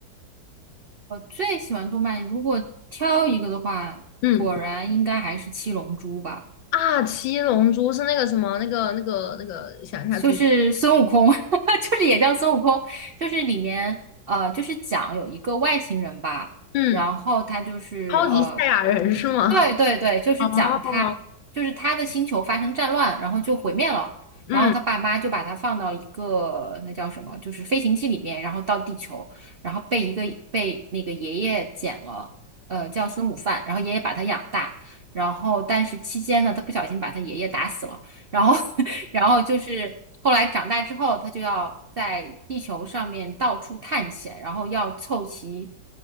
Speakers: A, on the right; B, on the left.
A: 我最喜欢动漫，如果挑一个的话，
B: 嗯，
A: 果然应该还是《七龙珠》吧。
B: 啊，七龙珠是那个什么，那个那个那个，想一下猪，
A: 就是孙悟空，<laughs> 就是也叫孙悟空，就是里面呃，就是讲有一个外星人吧，
B: 嗯，
A: 然后他就是呃，
B: 超级赛亚人是吗？
A: 对对对，就是讲他就是他的星球发生战乱，
B: 哦
A: 然后就毁灭了，
B: <laughs>，
A: 然后他爸妈就把他放到一个那叫什么，
B: 嗯，
A: 就是飞行器里面，然后到地球，然后被一个被那个爷爷捡了，呃，叫孙悟饭，然后爷爷把他养大，然后但是期间呢，他不小心把他爷爷打死了。然后，<laughs> 然后就是后来长大之后，他就要在地球上面到处探险，然后要凑齐，